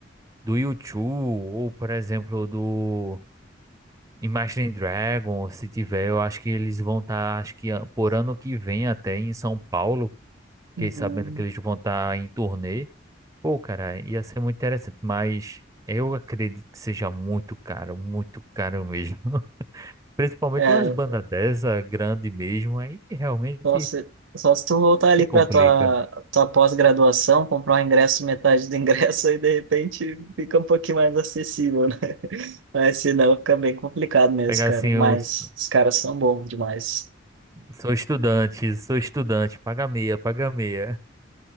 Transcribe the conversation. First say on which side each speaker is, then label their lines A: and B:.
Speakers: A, on the right; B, on the right.
A: do U2 ou por exemplo do Imagine Dragons, se tiver, eu acho que eles vão estar, acho que ah, por ano que vem até em São Paulo Fiquei
B: Uhum.
A: sabendo que eles vão estar em turnê. Pô, cara, ia ser muito interessante, mas eu acredito que seja muito caro, muito caro mesmo. <laughs> Principalmente
B: É,
A: umas bandas dessa, grande mesmo, aí realmente
B: só se, só se tu voltar
A: que
B: ali para
A: complica.
B: tua, tua pós-graduação, comprar um ingresso, metade do <laughs> ingresso, aí de repente fica um pouquinho mais acessível, né? Mas senão fica bem complicado mesmo,
A: Pegar
B: cara.
A: assim, eu
B: Mas
A: s-
B: os caras são bons demais.
A: sou estudante, sou estudante, paga meia, paga meia.